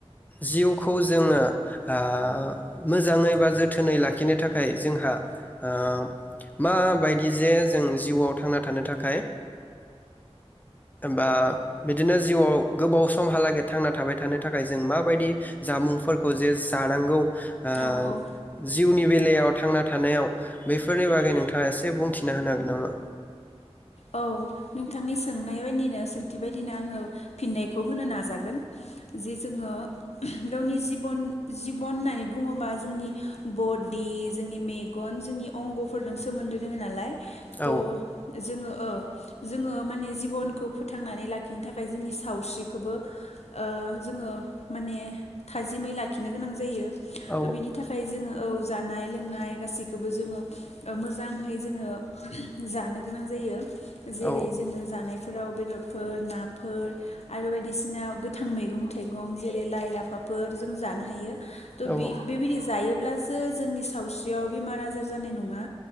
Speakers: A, on the left (about 15°); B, on the left (about 75°).
A: जिउखौ जोङो ओ मोजांङै बा जोथोनै लाखिनो थाखाय जोंहा ओ माबायदि जे जों जिउआव थांना थानो थाखाय बा बिदिनो जिउआव गोबाव समहालागै थांना थाबाय थानो थाखाय जों माबायदि जामुंफोरखौ जे जानांगौ ओ
B: औ औ
A: जिउनि बेलायाव थांना थानायाव बेफोरनि बागै नोंथाङा एसे बुंथिना होनो हागोन नामा?
B: औ नोंथांनि सोंनाय बायदिनो सोंथि बायदिनो आंङो फिननायखौ होनो नाजागोन जे जोङो गावनि जिबन जिबन होननानै बुङोबा जोंनि बदि जोंनि मेगन जोंनि अंग'फोरजों सोमोन्दो दोङो नालाय
A: औ
B: त' जोंङो औ जोङो माने जिबनखौ फोथांनानै लाखिनो थाखाय जोंनि सावस्रिखौबो ओ‌ जोंङो माने थाजिमै लाखिनो गोनां जायो
A: औ
B: दा बेनि थाखाय खाय जोङो औ जानाय लोंनाय गासैखौबो जोङो ओ मोजांहै जोङो जानो गोनां जायो। जेरै
A: औ
B: जोङो जानायफोराव बेदरफोर नाफोर आरो बायदिसिना गोथां मैगं थाइगं जेरै लाइ लाफाफोर जों जानो हायो। थ'
A: औ
B: बे बेबायदि जायोब्लासो जोंनि सावस्रियाव बेमार आजार जानाय नङा।